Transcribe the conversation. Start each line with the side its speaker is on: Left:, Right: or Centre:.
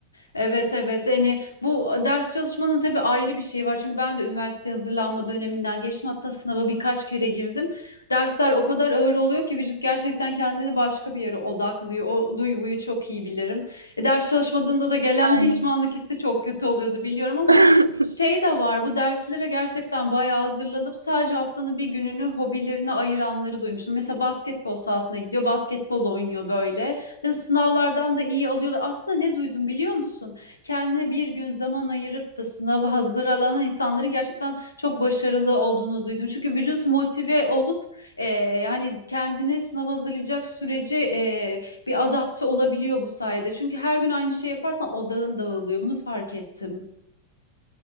Left: Evet evet hani bu ders çalışmanın tabii ayrı bir şeyi var çünkü ben de üniversite hazırlanma döneminden geçtim hatta sınava birkaç kere girdim. Dersler o kadar ağır oluyor ki vücut gerçekten kendini başka bir yere odaklıyor. O duyguyu çok iyi bilirim. E, ders çalışmadığında da gelen
Right: Aynen
Left: pişmanlık hissi çok kötü oluyordu biliyorum ama
Right: öyle.
Left: şey
Right: <laughs>
Left: de var bu derslere gerçekten bayağı hazırlanıp sadece haftanın bir gününü hobilerine ayıranları duymuştum. Mesela basketbol sahasına gidiyor basketbol oynuyor böyle. E, Sınavlardan da iyi alıyorlar. Aslında ne duydum biliyor musun? Kendine bir gün zaman ayırıp da sınava hazırlanan insanların gerçekten çok başarılı olduğunu duydum. Çünkü vücut motive olup e, yani kendini sınava hazırlayacak sürece e, bir adapte olabiliyor bu sayede. Çünkü her gün aynı şey yaparsan odağın dağılıyor. Bunu fark ettim.